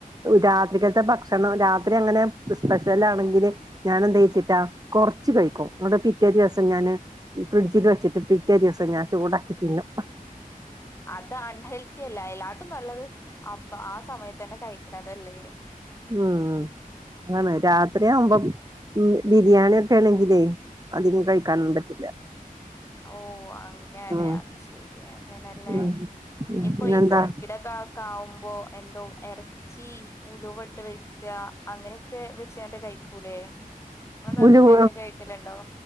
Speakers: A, on the right (about 25°); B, on the left (about 20°).
A: രാത്രിക്കാലത്തെ ഭക്ഷണം രാത്രി അങ്ങനെ സ്പെഷ്യൽ ആണെങ്കിൽ ഞാാന എന്താ വച്ചിട്ടാ കുറച്ച കഴിക്കും ങ്ങട്ട് പിറ്റേ ദിവസം ഞാന് ഫ്രിഡ്ജിൽ വെച്ചിട്ട് പിറ്റേ ദിവസം ഞാൻ ചൂടാക്കി തിന്നും
B: അത് അൺഹെൽത്തി അല്ല അയ്ലാട്ടും നല്ലത് അപ്പൊ ആ സമയത്ത് തന്നെ കഴിക്കണതല്ലേ
A: ഉം അതാണ് രാത്രി ആവുമ്പോ ബിരിയാണി ഒക്കെ ആണെങ്കിലേ അധികം കഴിക്കാനൊന്നും പറ്റില്ല
B: ഓഹ് അങ്ങനെ
A: ഉം
B: അത് ശെരി അങ്ങനെല്ലേ
A: ഉം
B: ഇനിയിപ്പോ
A: പിന്നെന്താ
B: ഈ കറക്കിടക്കെ ആവുമ്പോ എന്തോ ചീ ഉലുവ വട്ട് വെക്ക അങ്ങനെയൊക്കെ വെച്ചണ്ട് കഴിക്കൂലേ ഇങ്ങളെ നാട്ട്
A: ഉലുവ
B: കൂടി അങ്ങനെ കഴിക്കലുണ്ടോ